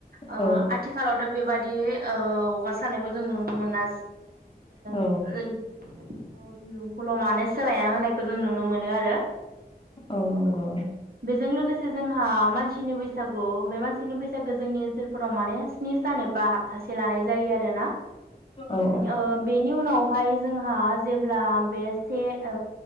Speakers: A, on the right; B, on the left.
A: आ
B: औ
A: आथिखालावथ' बेबादि ओ हगारस्रनायखौ जों नुनो मोना
B: औ
A: ओम अ दिरुंखौल' माने सोलायना होनायखौ जों नुनो मोनो आरो
B: औ नंगौ
A: बेजों लोगोसे जोंहा मानसिनि बैसागु बे मानसिनि बैसागु जोंनि ओनसोलफोराव माने स्नि सान एबा हपथासे लानाय जायो आरोना
B: औ
A: ओ बेनि उनाव ओमफाय जोंहा जेब्ला बे से ओ